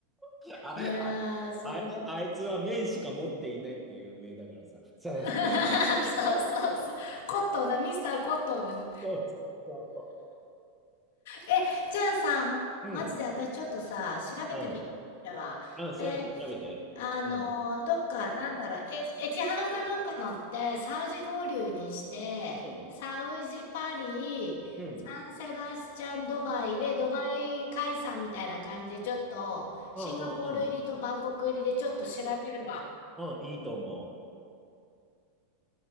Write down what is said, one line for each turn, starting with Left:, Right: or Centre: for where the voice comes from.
Centre: <laughs> あ、
Left: いやー、
Centre: あ、
Left: それ。
Centre: あ、あいつは麺しか持っていないっていう有名だからさ。そうそ
Left: <laughs> そうそうそう。コットンな、ミスターコットンなの。
Centre: うそうそ
Left: え、じゃあさ、
Centre: う。うん。
Left: マジで私ちょっとさ、調べてみるわ。
Centre: うん。うん、調べて、
Left: で、
Centre: 調べて。
Left: あの、
Centre: うん。
Left: どっか、なんだろう、エチ、エチハウかなんか乗って、サウジ合流にして、
Centre: うん。
Left: サウジパリ、
Centre: うん。
Left: サンセバスチャンドバイで、ドバイ解散みたいな感じで、ちょっと、シンガポール入りとバンコク入りでちょっと調べるわ。
Centre: うん、うん、うん。うん、いいと思